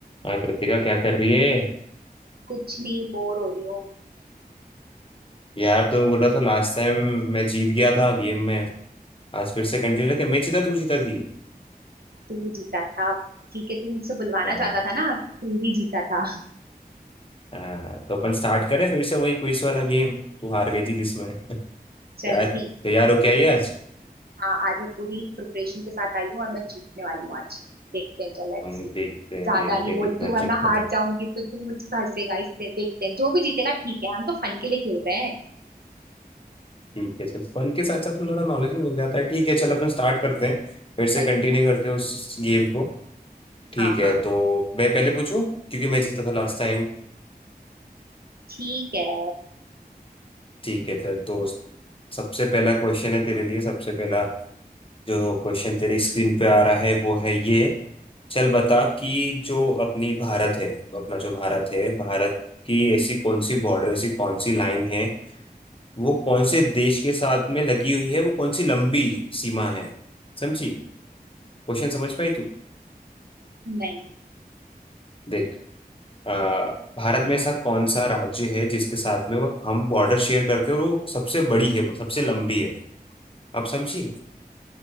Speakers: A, on the left (about 35°); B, on the right (about 70°).
A: हाँ कृतिका क्या कर रही है
B: कुछ नहीं बोर हो रही हूँ
A: यार तुम्हें बोल रहा था लास्ट टाइम मैं जीत गया था गेम में आज फिर से कंटिन्यू करके मैं जीता तू जीता थी
B: तू जीता था ठीक है तू मुझसे बुलवाना
A: हाँ
B: चाहता था ना तू ही जीता था
A: हाँ तो अपन स्टार्ट करें फिर से वही क्विज वाला गेम तू हार गई थी जिसमें <laughs> क्या
B: चल ठीक
A: तैयार हो क्या ये आज
B: हाँ आज मैं पूरी प्रिपरेशन के साथ आई हूँ और मैं जीतने वाली हूँ आज देखते हैं चल लेट्स
A: हम्म,
B: सी।
A: देखते हैं
B: ज्यादा
A: देखते
B: नहीं
A: हैं
B: बोलती
A: कितना
B: हूँ
A: जीत
B: वरना
A: पा
B: हार
A: तुम
B: जाऊंगी तो तू मुझ पर हंसेगा इससे देखते हैं जो भी जीतेगा ठीक है हम तो फन के लिए खेल रहे हैं
A: ठीक है चल फन के साथ साथ थोड़ा नॉलेज भी मिल जाता है ठीक है चल अपन स्टार्ट करते हैं फिर से
B: भाई
A: कंटिन्यू करते हैं उस गेम को ठीक
B: हाँ
A: है
B: हाँ
A: तो मैं पहले पूछूं क्योंकि मैं जीता था लास्ट टाइम
B: ठीक है
A: ठीक है चल तो सबसे पहला क्वेश्चन है तेरे लिए सबसे पहला जो क्वेश्चन तेरे स्क्रीन पे आ रहा है वो है ये चल बता कि जो अपनी भारत है अपना जो भारत है भारत की ऐसी कौन सी बॉर्डर ऐसी कौन सी लाइन है वो कौन से देश के साथ में लगी हुई है वो कौन सी लंबी सीमा है समझी क्वेश्चन समझ पाई तू
B: नहीं
A: देख आ, भारत में ऐसा कौन सा राज्य है जिसके साथ में वो हम बॉर्डर शेयर करते हैं और वो सबसे बड़ी है वो सबसे लंबी है आप समझी